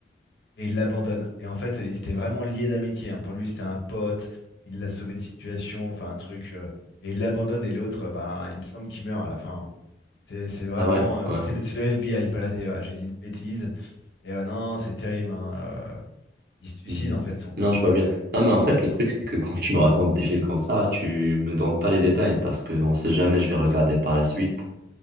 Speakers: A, on the left; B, on the right.
A: Et il l'abandonne. Et en fait, il s'était vraiment lié d'amitié. hein. Pour lui, c'était un pote, il l'a sauvé de situation, enfin un truc. euh, et il l'abandonne, et l'autre, euh, ben, il me semble qu'il meurt à la fin. C'est c'est vraiment.
B: Ah ouais,
A: euh,
B: ouais.
A: c'est le c'est le FBI, pas la DEA, j'ai dit une bêtise. Et euh, non, c'est terrible. hein, euh, il se suicide,
B: Hmm.
A: en fait, son pote.
B: Non, je vois bien. Non, mais en fait, le truc, c'est que quand tu me racontes des films comme ça, tu me donnes pas les détails parce que on sait jamais, je vais regarder par la suite